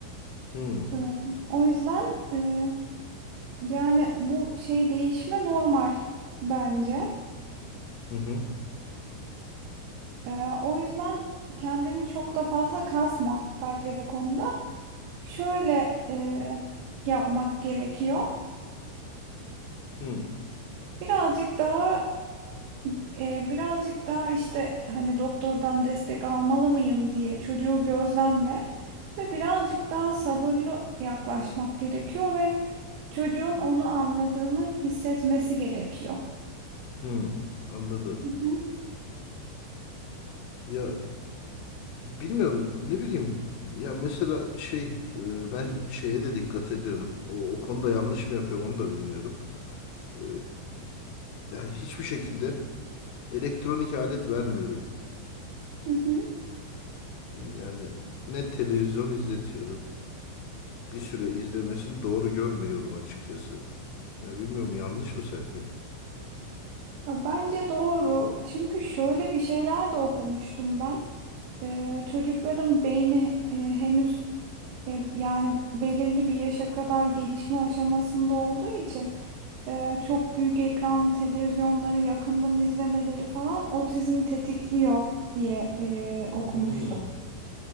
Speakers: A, on the left; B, on the right.
A: Hmm.
B: Ee, O yüzden e, yani bu şey değişme normal bence.
A: Hı hı.
B: Ee, o yüzden kendini çok da fazla kasma bence bu konuda. Şöyle e, yapmak gerekiyor.
A: Hı.
B: Birazcık daha e, birazcık daha işte hani doktordan destek almalı mıyım diye çocuğu gözlemle ve birazcık daha sabırlı yaklaşmak gerekiyor ve çocuğun onu anladığını hissetmesi gerekiyor.
A: Hı. Anladım.
B: Hı hı.
A: Ya bilmiyorum ne bileyim. Ya mesela şey e, ben şeye de dikkat ediyorum. O, o konuda yanlış mı yapıyorum onu da bilmiyorum. E, ya hiçbir şekilde Elektronik alet vermiyorum.
B: Hı hı.
A: Yani ne televizyon izletiyorum. Bir süre izlemesini doğru görmüyorum açıkçası. Ya bilmiyorum yanlış mı sence?
B: Ya Bence doğru. Çünkü şöyle bir şeyler de okumuştum ben. Ee, çocukların beyni e, henüz E, yani belirli bir yaşa kadar gelişme aşamasında olduğu için e, çok büyük ekran televizyonları yakından izlemeleri falan otizmi tetikliyor diye e, okumuştum.
A: Hmm,